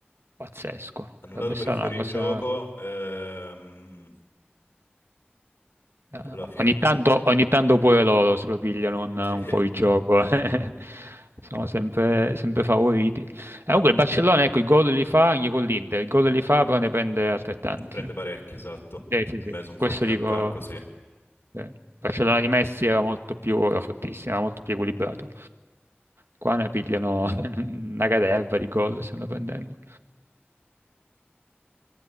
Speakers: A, on the right; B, on the left.
A: Pazzesco,
B: Annullato
A: sarebbe
B: per
A: stata
B: fuorigioco,
A: una cosa...
B: ehm, e
A: eh,
B: poi alla fine
A: Ogni
B: niente.
A: tanto,
B: <laughs>
A: ogni tanto pure loro se lo pigliano un,
B: Sì,
A: un
B: ne
A: fuorigioco. <laughs> eh. Sono sempre, sempre favoriti. Eh, comunque il Barcellona, ecco, i gol li fa anche con l'Inter, i gol li fa però ne prende altrettanti.
B: prende parecchio, esatto.
A: Eh, sì,
B: E
A: sì,
B: me sono
A: questo
B: forti
A: dico...
B: in attacco, sì.
A: eh, il Barcellona di Messi era molto più, era fortissimo, era molto più equilibrato. Qua ne pigliano <laughs> una caterva di gol, stanno prendendo.